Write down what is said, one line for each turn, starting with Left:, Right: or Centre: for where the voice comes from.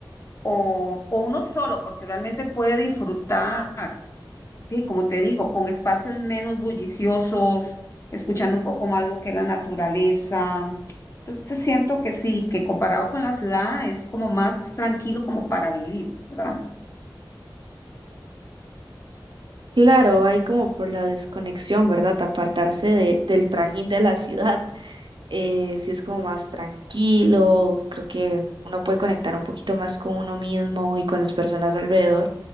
Left: o, o uno solo, porque realmente puede disfrutar, sí, como te digo, con espacios menos bulliciosos, escuchando un poco más lo que es la naturaleza. Entonces siento que sí, que comparado con la ciudad es como más tranquilo como para vivir, ¿verdad?
Right: Claro, hay como por la desconexión, ¿verdad? Apartarse de, del trajín de la ciudad, eh, si es como más tranquilo, creo que uno puede conectar un poquito más con uno mismo y con las personas alrededor,